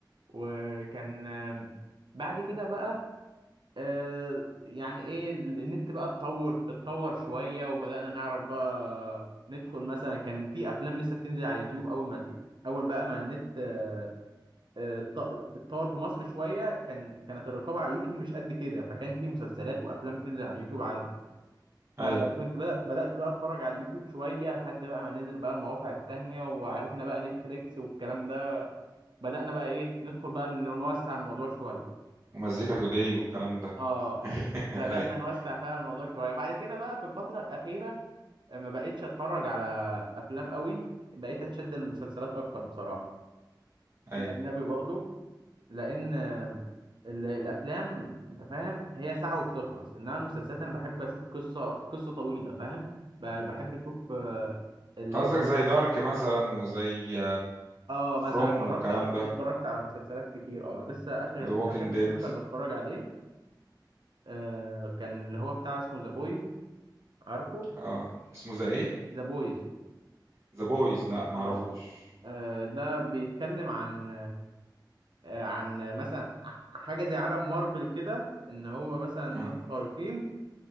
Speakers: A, on the right; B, on the right.
A: وكان آم، بعد كده بقى آه يعني ايه النت بقى اتطور اتطور شوية وبدأنا نعرف بقى ندخل مثلا كان في افلام لسه بتنزل على اليوتيوب اول ما دي اول بقى ما النت آه، آه، اتط- اتطور في مصر شوية كان كانت الرقابة على اليوتيوب مش قد كده فكان في مسلسلات وافلام بتنزل على اليوتيوب عادي فكنت
B: اي
A: بدأ بدأت بقى اتفرج على اليوتيوب شوية لحد بقى ما نزل بقى المواقع التانية وعرفنا بقى نتفليكس والكلام ده بدأنا بقى ايه ندخل بقى إن نوسع الموضوع شوية
B: ومزيكا توداي والكلام ده
A: اه
B: <laughs>
A: بدأنا
B: اي
A: نوسع فعلا الموضوع شوية بعد كده بقى في الفترة الأخيرة ما بقتش اتفرج على افلام قوي بقيت اتشد للمسلسلات اكتر بصراحة
B: اي
A: الاجنبي برضو لان آه، ال- الافلام انت فاهم هي ساعة وبتخلص انما المسلسلات انا بحب اشوف قصة قصة طويلة فاهم ب- بحب اشوف آه، ال-
B: قصدك زي دارك مثلا وزي
A: اه مثلا
B: فروم
A: اتفرجت
B: والكلام ده
A: اتفرجت على مسلسلات كتير اه لسه اخر
B: وذا ووكينج
A: اخر مسلسل
B: ديد
A: بتفرج عليه آه كان اللي هو بتاع اسمه ذا بويز عارفه
B: اه اسمه زي ايه
A: ذا بويز
B: ذا بويز لا ما
A: اه
B: اعرفوش
A: آه، ده بيتكلم عن آه عن مثلا ح- حاجة زي عالم مارفل كده ان هو مثلا ناس
B: اه
A: خارقين